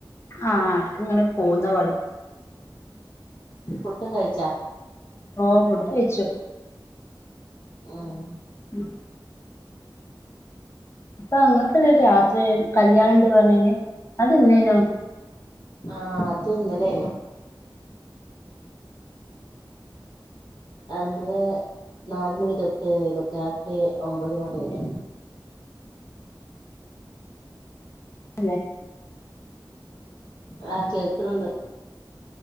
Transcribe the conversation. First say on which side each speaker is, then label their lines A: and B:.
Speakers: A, on the left; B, on the left.
A: ആഹ് എട്ക്ക്ങ്ങനെ പോവുന്ന വള്
B: ഫുഡ്‌ കയ്ച്ചാ
A: ഓ ഫുഡ് കഴിച്ചു
B: ഓഹ്
A: ഉം ഇപ്പൊ നിങ്ങക്കല്ലേ രാത്രി കല്യാണണ്ട് പർഞ്ഞീനെ അതെന്നേനോ
B: ആഹ് അത് ഇന്നലേയെനു അന്ന് നാലുമണി തൊട്ട് രാത്രി ഒമ്പത് മണി വരെ
A: <unintelligible>
B: ആഹ് കേക്ക്ണ്ണ്ണ്ട്